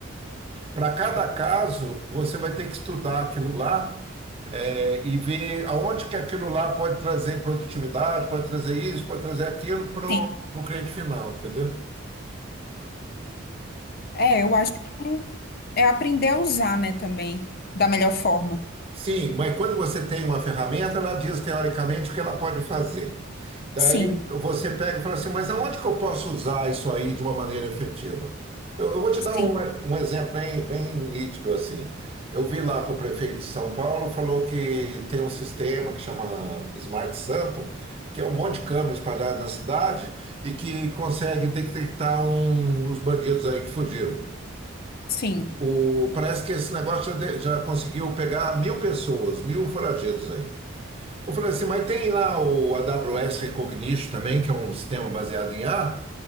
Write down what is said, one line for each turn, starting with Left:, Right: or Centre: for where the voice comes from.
Right: para cada caso, você vai ter que estudar aquilo lá é, e ver aonde que aquilo lá pode trazer produtividade, pode trazer isso, pode trazer aquilo para o
Left: sim.
Right: cliente final, entendeu?
Left: É, eu acho que é aprender a usar, né, também, da melhor forma.
Right: Sim, mas quando você tem uma ferramenta, ela diz teoricamente o que ela pode fazer. Daí
Left: Sim,
Right: você pega e fala assim, mas aonde que eu posso usar isso aí de uma maneira efetiva? Eu, eu vou te dar
Left: sim,
Right: um, um exemplo bem, bem nítido assim. Eu vi lá que o prefeito de São Paulo falou que tem um sistema que chama Smart Sampa, que é um monte de câmera espalhada na cidade e que consegue detectar um- os bandidos aí que fugiram.
Left: sim,
Right: O, parece que esse negócio já, de- já conseguiu pegar mil pessoas, mil foragidos aí. Eu falei assim, mas tem lá o AWS Recognition também, que é um sistema baseado em IA,